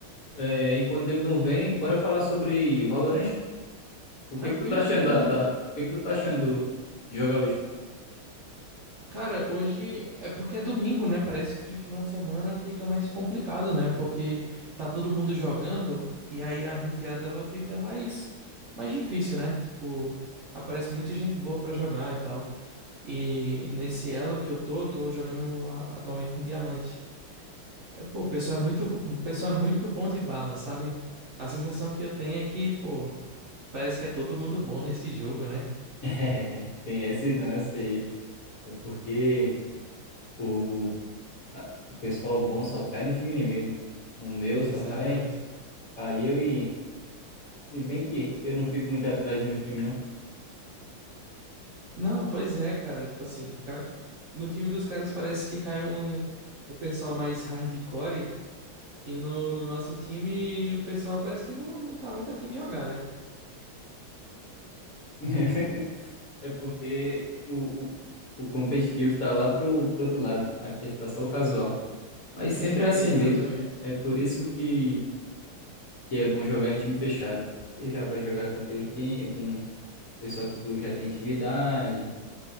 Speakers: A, on the left; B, on the right.
A: É, enquanto ele não vem, bora falar sobre o Valorant. pô. O
B: Tranquilo,
A: que que tu tá achando
B: tranquilo.
A: da, da- O que que tu tá achando do- de jogar hoje? <laughs>
B: Cara, hoje é porque é domingo, né? Parece que final de semana fica mais complicado, né? Porque tá todo mundo jogando e aí a ranqueada ela fica mais mais difícil, né? Tipo, aparece muita gente boa pra jogar e tal. E nesse elo que eu tô, tô jogando a- atualmente no diamante. Aí, pô, o pessoal é muito, o pessoal é muito bom de bala, sabe? A sensação que eu tenho é que, pô, parece que é todo mundo bom nesse jogo, né?
A: É, tem esse lance aí. É porque. O, a- o pessoal bom só cai no time inimigo. No meu
B: Exatamente.
A: só cai, cai eu e. Se bem que eu não fico muito atrás do meu time, não.
B: Não, pois é, cara. Tipo assim, ca- no time dos caras parece que cai um, o pessoal mais hardcore. E no, no nosso time o pessoal parece que não, não tá muito afim de jogar, né?
A: <laughs> É porque o, o, o competitivo tá lá pro, pro outro lado. Aqui tá só o casual. Mas sempre
B: <laughs>
A: é assim
B: Exatamente.
A: mesmo. É, é por isso que, que é bom jogar em time fechado. Porque já vai jogar com o teu time, com o pessoal que tu já tem intimidade,